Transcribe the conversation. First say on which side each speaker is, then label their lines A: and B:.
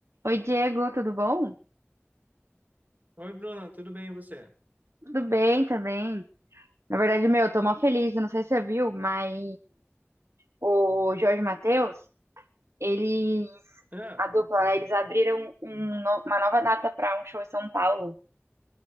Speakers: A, on the right; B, on the right.
A: Oi, Diego, tudo bom?
B: Oi, Bruna, tudo bem e você?
A: Tudo bem também. Na verdade, meu, eu tô mó feliz, eu não sei se você viu, mas o Jorge Mateus, eles,
B: Ah,
A: a dupla, né, eles abriram um no- uma nova data pra um show em São Paulo.